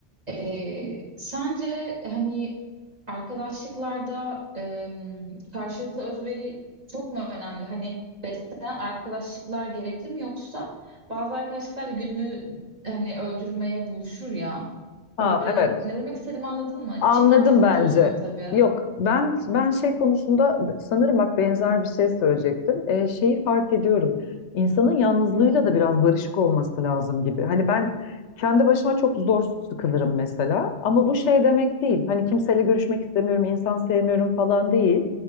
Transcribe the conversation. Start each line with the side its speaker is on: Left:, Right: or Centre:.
Right: Ee, sence hani arkadaşlıklarda em, karşılıklı özveri çok mu önemli? Hani besleyen arkadaşlıklar gerekli mi yoksa bazı arkadaşlıklar da günü hani öldürmeye buluşur ya.
Left: Ha
Right: Böyle
Left: evet.
Right: ne demek istediğimi anladın mı?
Left: Anladım
Right: Çıkarcılık
Left: bence.
Right: da oluyor tabii.
Left: Yok ben ben şey konusunda sanırım bak benzer bir şey söyleyecektim. Ee, şeyi fark ediyorum. İnsanın yalnızlığıyla da biraz barışık olması lazım gibi. Hani ben kendi başıma çok zor sıkılırım mesela. Ama bu şey demek değil. Hani kimseyle görüşmek istemiyorum, insan sevmiyorum falan değil.